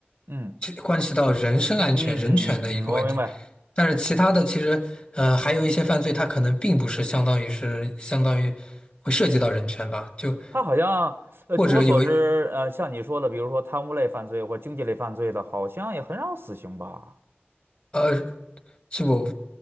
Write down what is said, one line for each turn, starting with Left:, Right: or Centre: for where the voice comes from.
Right: 嗯
Left: 关系到人身安全、
Right: 嗯嗯嗯嗯嗯，
Left: 人权的一个问题。
Right: 我明白。
Left: 但是其他的其实呃还有一些犯罪，它可能并不是相当于是相当于会涉及到人权吧，就
Right: 他好像，呃，
Left: 或者有
Right: 据我所知，呃，像你说的，比如说贪污类犯罪或经济类犯罪的，好像也很少死刑吧？
Left: 呃是我，